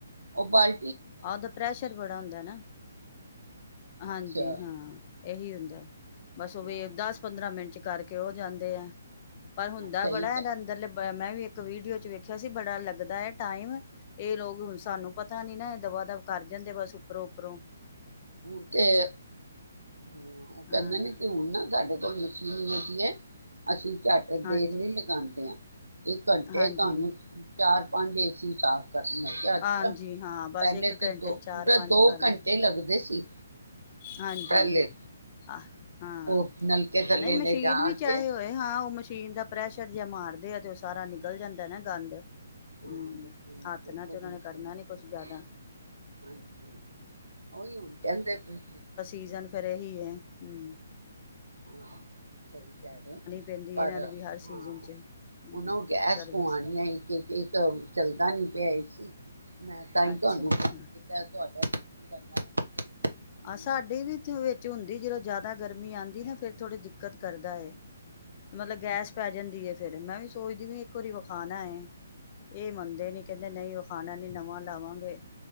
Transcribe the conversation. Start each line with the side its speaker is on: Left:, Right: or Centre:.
Right: ਉਹ ਬਾਲ
Left: ਉਹਦਾ ਪ੍ਰੈਸ਼ਰ ਬੜਾ ਹੁੰਦਾ ਨਾ। ਹਾਂਜੀ
Right: ਅੱਛਾ
Left: ਹਾਂ, ਇਹੀ ਹੁੰਦੈ। ਬੱਸ ਉਹਵੇ
Right: ਹਾਂ
Left: ਦਸ ਪੰਦਰਾਂ ਮਿੰਟ। ਤੇ ਕਰਕੇ ਉਹ ਜਾਂਦੇ ਐ। ਪਰ ਹੁੰਦਾ
Right: ਹਾਂ ਸਹੀ
Left: ਬੜਾ
Right: ਕਹਿ
Left: ਇਹਦਾ ਅੰਦਰਲ ਪ ਮੈਂ ਵੀ ਇੱਕ ਵੀਡੀਓ ਚ ਵੇਖਿਆ ਸੀ। ਬੜਾ ਲੱਗਦਾ ਹੈ ਟਾਈਮ ਇਹ ਲੋਕ ਹੁਨ ਸਾਨੂੰ ਪਤਾ ਨੀ ਨਾ ਦਵਾ ਦਵ ਕਰ ਜਾਂਦੇ ਬੱਸ ਉੱਪਰੋਂ ਉਪਰੋਂ।
Right: ਹੁਣ ਤੇ, ਹਾਂ ਉਹ
Left: ਹਾਂ
Right: ਕਹਿੰਦੇ ਨੇ ਕਿ ਹੁਣ ਨਾ ਸਾਡੇ ਕੋਲ ਮਸ਼ੀਨ ਕਿ ਹੈ, ਅਸੀਂ। ਝੱਟ
Left: ਹਾਂਜੀ
Right: ਦੇਰ ਨੀ ਲਗਾਂਦੇ ਆ। ਇਕ ਘੰਟੇ
Left: ਹਾਂਜੀ
Right: ਚ ਤੁਹਾਨੂੰ ਚਾਰ ਪੰਜ ਏਸੀ ਸਾਫ਼ ਕਰਨੇ, ਮੈਂ ਕਿਹਾ ਅੱਛਾ,
Left: ਹਾਂਜੀ ਹਾਂ ਬਸ
Right: ਪਹਿਲੇ
Left: ਇੱਕ
Right: ਤੇ
Left: ਘੰਟੇ
Right: ਦੋ
Left: ਚਾਰ
Right: ਪੂਰਾ
Left: ਪੰਜ
Right: ਦੋ
Left: ਕਰਦੇ
Right: ਘੰਟੇ ਲੱਗਦੇ ਸੀ।
Left: ਹਾਂਜੀ,
Right: ਪਹਿਲੇ
Left: ਅਹ ਹਾਂ
Right: ਉਹ ਨਲਕੇ ਥੱਲੇ
Left: ਨਹੀਂ ਮਸ਼ੀਨ
Right: ਲੈ ਜਾ
Left: ਵੀ
Right: ਕੇ
Left: ਚਾਹੇ ਹੋਏ ਹਾਂ ਉਹ ਮਸ਼ ਟੀਨ ਦਾ ਪ੍ਰੈਸ਼ਰ ਜੀਆ ਮਾਰਦੇ ਆ ਤੇ ਉਹ ਸਾਰਾ ਨਿਕਲ ਜਾਂਦੈ ਨਾ ਗੰਦ।
Right: ਹਾਂ
Left: ਹੂੰ,
Right: ਮਿੱਟੀ, ਮਿੱਟੀ
Left: ਹੱਥ ਨਾ
Right: ਖੂਬ
Left: ਤੇ ਉਹਨਾਂ
Right: ਮਿੱਟੀ
Left: ਨੇ ਕਰਨਾ
Right: ਨਿਕਲ
Left: ਨੀ ਕੁਛ ਜ਼ਿਆਦਾ।
Right: ਗਈ। ਹਾਂਜੀ ਓਹੀ ਹੁਣ ਕਹਿੰਦੇ ਪਏ ਸੀ।
Left: ਕਿ ਜ਼ਨ ਫਿਰ ਇਹੀ ਹੈ। ਹਮ।
Right: ਆਹੋ, ਸਹੀ ਕਹਿ ਰਹੇ ਹੋ।
Left: ਪੈਂਦੀ
Right: ਪਰ
Left: ਏ ਇਹਨਾਂ
Right: ਹਾਂ
Left: ਨੇ ਵੀ ਹਰ ਸੀਜ਼ਨ 'ਚ ਹੂੰ,
Right: ਉਹਨਾਂ ਨੂੰ ਗੈਸ
Left: ਸਰਵਿਸ
Right: ਪੁਆਣੀ ਹੈ। ਇੱਕ ਤੇ ਇੱਕ ਚੱਲਦਾ ਨੀ ਪਿਆ ਏ ਕੀ ਮੈਂ ਤਾਂਈ
Left: ਅੱਛਾ-ਅੱਛਾ।
Right: ਤੁਹਾਨੂੰ ਫੋਨ ਕੀਤੈ ਤੁਹਾਡਾ ਵੀ ਬੰਦਾ ਐ ਤੇ ਉਹਨੂੰ
Left: ਆਹ ਸਾਡੀ
Right: ਮੈਨੂੰ ਦੱਸੋ
Left: ਵਿੱਚੋ - ਵਿੱਚ
Right: ਕੀ
Left: ਹੁੰਦੀ
Right: ਹੋ ਗਿਆ
Left: ਜਦੋਂ ਜ਼ਿਆਦਾ ਗਰਮੀ ਆਂਦੀ ਹੈ ਫੇਰ ਥੋੜੀ ਦਿੱਕਤ ਕਰਦਾ ਏ, ਮਤਲਬ ਗੈਸ ਪੈ ਜਾਂਦੀ ਏ ਫੇਰ, ਮੈ ਵੀ ਸੋਚਦੀ ਬੀ ਇੱਕ ਵਾਰੀ ਵਖਾਣਾ ਏ। ਇਹ ਮੰਨਦੇ ਨੀ ਕਹਿੰਦੇ ਨਹੀਂ ਵਖਾਣਾ ਨੀ ਨਵਾਂ ਲਵਾਂਗੇ,